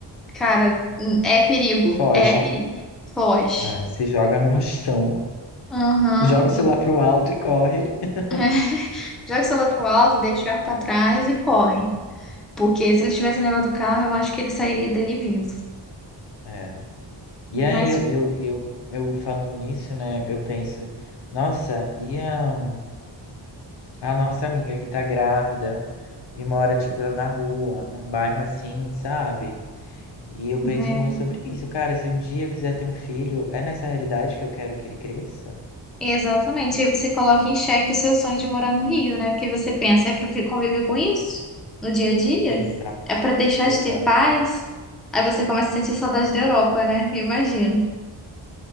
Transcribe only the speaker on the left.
Foge.
É, se joga no chão,
joga o celular
pro alto e corre. <laughs>
É. E aí
eu, eu, eu, eu falando nisso, né? Eu penso, nossa, e a, a nossa amiga que tá grávida e mora, tipo, na rua, num bairro assim, sabe? E eu penso
muito sobre isso, cara. Se um dia eu quiser ter um filho, é nessa realidade que eu quero que ele cresça?
Exato,
exato.